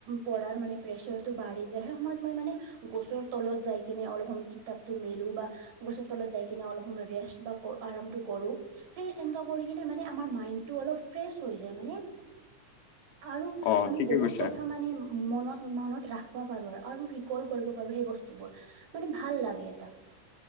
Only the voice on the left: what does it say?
অ
ঠিকে
কৈছে